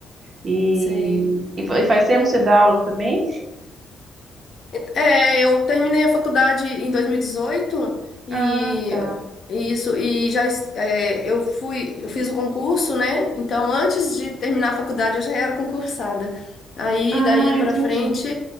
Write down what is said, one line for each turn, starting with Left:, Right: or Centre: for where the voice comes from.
Right: E,
Left: sei.
Right: e fa- e faz tempo que você dá aula também?
Left: É, eu terminei a faculdade em dois mil e, dezoito e
Right: Ah, tá.
Left: e isso e já es- é, eu fui eu fiz o concurso, né? Então antes de terminar a faculdade eu já era concursada. Aí
Right: Ah,
Left: daí para
Right: entendi.
Left: frente